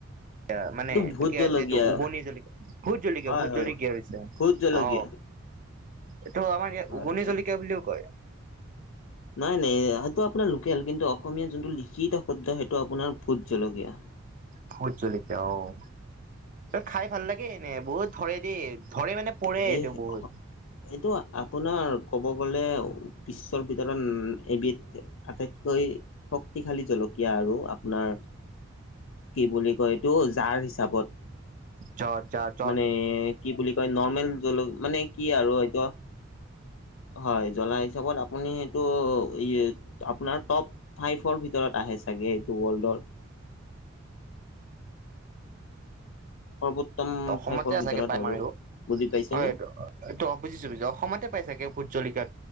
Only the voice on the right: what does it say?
<unintelligible> মানে
কি
আছে এইটো উগনি জলকীয়া <unintelligible> ভূত জলকীয়া,
ভূত
জলকীয়া হৈছে
অ এইটো আমাৰ <inaudible> <unintelligible>
উগনি জলকীয়া বুলিও কয়।
ভোট জলকীয়া অহ খাই ভাল লাগে এনেই বহুত ধৰে দেই ধৰে মানে পৰে এইটো
বহুত
<unintelligible> চাৰ
অসমতে
চাগে পাই
মাৰে অহ
হয় এইটো অহ বুজিছো অসমতে পাই চাগে ভোট জলকীয়া